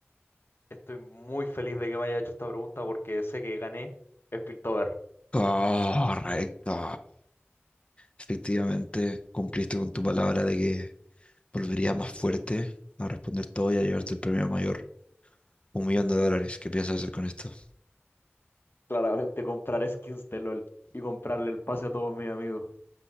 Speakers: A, on the left; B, on the left.
A: estoy muy feliz de que me haya hecho esta pregunta porque sé que gané, es Piltover.
B: Correcto. Efectivamente, cumpliste con tu palabra de que volverías más fuerte a responder todo y a llevarte el premio mayor. Un millón de dólares. ¿Qué piensas hacer con esto?
A: Claramente comprar skins de LOL y comprarle el pase a todos mis amigos.